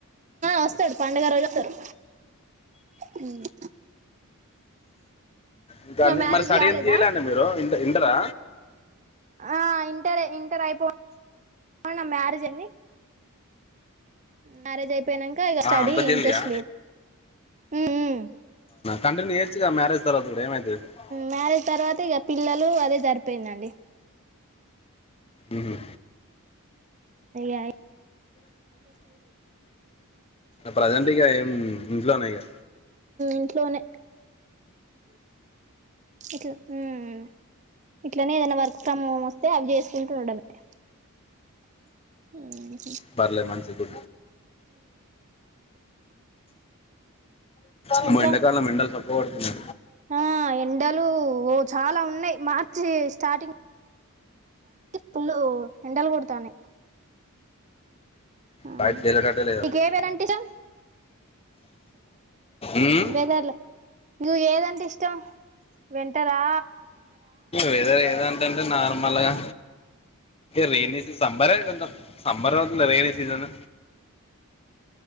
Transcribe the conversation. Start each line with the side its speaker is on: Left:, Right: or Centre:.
Right: వస్తాడు పండగరోజు వస్తారు హ్మ్
Left: ఇంకా
Right: మ్యారేజ్
Left: మరి స్టడీ
Right: కాలేదా
Left: ఏం చేయలేండి మీరు ఇ ఇంటరా
Right: ఆ ఇంటర్ ఇంటర్ అయిపో న మ్యారేజ్ అండి మ్యారేజ్ అయిపోయినాక ఇక
Left: ఆ,
Right: స్టడీ
Left: అంత చేయలేదా
Right: ఇంట్రెస్ట్ లేదు హ్మ్ హ్మ్
Left: కంటిన్యూ చేయచ్చుగా మ్యారేజ్ తర్వాత కూడా ఏమవుతుంది
Right: మ్యారేజ్ తర్వాత ఇక పిల్లలు అదే సరిపోయిందండి
Left: ఉహ
Right: ఐయి
Left: ప్రజెంట్ ఇకా ఏం ఇంట్లో ట్లోనేగా
Right: ఇంట్లోనే ఇట్లా హ్మ్ హ్మ్ ఇట్లనే ఏదైనా వర్క్ ఫ్రమ్ హోమ్ వస్తే అవి చేసుకుంటు ఉండడమే ఉమ్మ్
Left: పర్లే మంచిదిగ ఆమ్మో
Right: ఇంకా
Left: యండకాలం యండలు సొక్క పడుతున్నా
Right: ఆ ఎండలు ఓ చాలా ఉన్నాయి మార్చి స్టార్టింగ్ పుల్లు ఎండలు కొడతానై అ
Left: బయట చేయలేటట్టే లేదు
Right: నీక్
Left: అసలు
Right: ఏ వేథెర్ ఇష్టం
Left: మ్మ్?
Right: వెేదల నీకు ఏదంటే ఇష్టం వెంటరా
Left: వెదర్ ఏదంటంటే నార్మల్ గా రెన్ సమ్మరే కొంచం సమ్బర్ వ రెయిని సీజన్